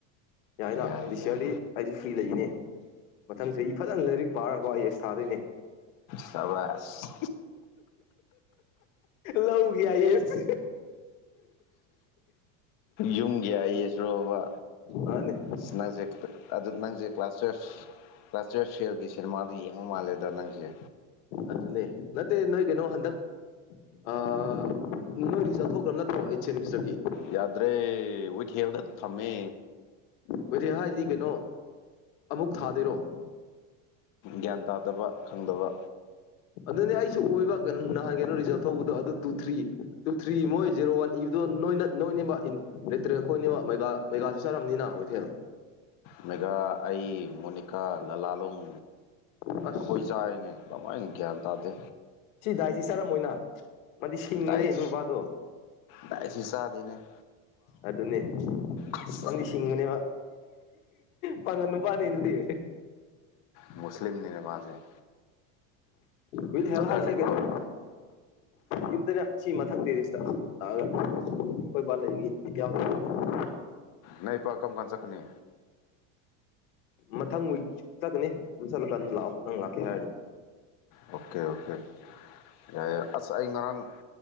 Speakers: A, on the left; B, on the left.
A: ꯌꯥꯏꯅ
B: ꯌꯥꯏ
A: ꯗꯤꯁ
B: ꯌꯥꯏ
A: ꯌꯥꯔꯗꯤ ꯑꯩꯁꯨ ꯐ꯭ꯔꯤ ꯂꯩꯅꯦ ꯃꯊꯪ ꯆꯍꯤ ꯐꯖꯅ ꯂꯥꯏꯔꯤꯛ ꯄꯥꯔꯒꯀꯣ ꯑꯩ ꯑꯦꯁ ꯊꯥꯗꯣꯏꯅꯦ
B: ꯁꯥꯕꯥꯁ
A: ꯂꯧꯒꯤ ꯑꯥꯏꯌꯦꯁ
B: ꯌꯨꯝꯒꯤ ꯑꯩꯌꯦꯁ ꯂꯣꯕ
A: ꯃꯥꯅꯦ
B: ꯑꯁ ꯅꯪꯁꯦ ꯑꯗꯨ ꯅꯪꯁꯦ ꯀ꯭ꯂꯥꯁ ꯇꯨꯌꯦꯜꯞ ꯀ꯭ꯂꯥꯁ ꯇꯨꯌꯦꯜꯞ ꯐꯦꯜꯒꯤ ꯁꯤꯅꯦꯃꯥꯗꯨ ꯌꯦꯡꯉ ꯃꯥꯜꯂꯦꯗ ꯅꯪꯁꯦ
A: ꯑꯗꯨꯅꯦ ꯅꯠꯇꯦ ꯅꯣꯏ ꯀꯩꯅꯣ ꯍꯟꯗꯛ ꯑꯥ ꯅꯣꯏ ꯔꯤꯖꯜ ꯊꯣꯛꯈ꯭ꯔꯕ ꯅꯠꯇ꯭ꯔꯣ ꯑꯩꯠ ꯁꯦꯃꯤꯁꯇꯔꯒꯤ
B: ꯌꯥꯗ꯭ꯔꯦ ꯋꯤꯠ ꯍꯦꯜꯗ ꯑꯗꯨꯝ ꯊꯝꯃꯦ
A: <unintelligible> ꯍꯥꯏꯗꯤ ꯀꯩꯅꯣ ꯑꯃꯨꯛ ꯊꯥꯗꯣꯏꯔꯣ
B: ꯒ꯭ꯌꯥꯟ ꯇꯥꯗꯕ ꯈꯪꯗꯕ
A: ꯑꯗꯨꯅꯦ ꯑꯩꯁꯨ ꯑꯣꯏꯕ ꯀ ꯅꯍꯥꯟꯒꯩꯅꯣ ꯔꯤꯖꯜ ꯊꯧꯕꯗꯣ ꯑꯗꯨ ꯇꯨ ꯊ꯭ꯔꯤ ꯇꯨ ꯊ꯭ꯔꯤ ꯃꯣꯏ ꯖꯦꯔꯣ ꯋꯥꯟ ꯏꯕꯗꯣ ꯅꯣꯏꯅ ꯅꯣꯏꯅꯤꯕ ꯂꯤꯇꯔꯦꯜ ꯈꯣꯏꯅꯤꯕ ꯚꯩꯚꯥ ꯚꯩꯚꯥꯁꯨ ꯆꯠꯂꯝꯅꯤꯅ ꯋꯤꯠꯍꯦꯜ
B: ꯚꯩꯚꯥ ꯑꯩ ꯃꯣꯅꯤꯀꯥ ꯂꯂꯥꯂꯣꯡ
A: ꯑꯁ
B: ꯑꯈꯣꯏ ꯆꯥꯌꯦꯅꯦ ꯀꯃꯥꯏꯟ ꯒꯌꯥꯟ ꯇꯥꯗꯦ
A: ꯁꯤ ꯗꯥꯏꯖꯤꯆꯥꯔ ꯃꯣꯏꯅ ꯃꯥꯗꯤ ꯁꯤꯡꯕꯅꯦ
B: ꯗꯥꯏꯠ
A: ꯅꯨꯄꯥꯗꯣ
B: ꯗꯥꯏꯠꯁꯤ ꯆꯥꯗꯦꯅꯦ
A: ꯑꯗꯨꯅꯦ
B: ꯑꯥꯁ
A: ꯃꯥꯗꯤ ꯁꯤꯡꯕꯅꯦꯕ ꯄꯥꯡꯉꯟ ꯅꯨꯄꯥꯅꯤ ꯑꯗꯨꯗꯤ
B: ꯃꯨꯁꯂꯤꯝꯅꯤꯅꯦ ꯃꯥꯁꯦ
A: ꯋꯤꯠ ꯍꯦꯜ
B: ꯅꯪ ꯀꯥꯏ
A: ꯍꯥꯏꯁꯤ
B: ꯂꯩꯕ꯭ꯔꯣ
A: ꯀꯩꯅꯣ ꯌꯨꯝꯗꯅꯦ ꯁꯤ ꯃꯊꯛꯇꯦꯔꯤꯁꯤꯇ ꯂꯥꯛꯑꯒ ꯑꯩꯈꯣꯏꯕꯥ ꯂꯩꯕꯒꯤ ꯕꯤꯠ ꯌꯥꯎꯗꯕ
B: ꯅꯣꯢ ꯏꯄꯥ ꯀꯝ ꯀꯥꯟ ꯆꯠꯀꯅꯤ
A: ꯃꯊꯪ ꯋꯤꯛ ꯆꯠꯀꯅꯤ ꯑꯗꯨ ꯆꯠꯂꯀꯥꯟꯗ ꯂꯥꯛꯑꯣ ꯅꯪ ꯂꯥꯛꯀꯦ ꯍꯥꯢꯔꯒꯗꯤ꯫
B: ꯑꯣꯀꯦ ꯑꯣꯀꯦ ꯌꯥꯏ ꯌꯥꯏ ꯑꯁ ꯑꯩ ꯉꯔꯥꯡ